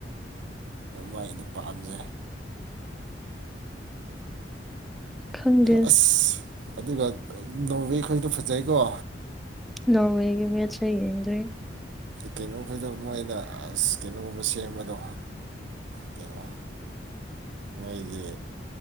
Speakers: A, on the right; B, in the centre.
A: ꯃꯥꯏ ꯑꯗꯨ ꯄꯥꯝꯃꯦ
B: ꯈꯪꯗꯦ
A: ꯑꯁ ꯑꯗꯨꯒ ꯅꯧꯕ ꯑꯩꯈꯣꯏꯗ ꯐꯖꯩꯀꯣ
B: ꯅ ꯍꯦꯒꯤ ꯃꯁ ꯌꯦꯡꯡꯔꯤ
A: ꯀꯩꯅꯣꯈꯩꯗꯣ ꯃꯣꯏꯅ ꯑꯁ ꯀꯩꯅꯣꯒꯨꯝꯕ ꯁꯦꯝꯕꯗꯣ ꯀꯩꯅꯣ ꯃꯣꯏꯒꯤ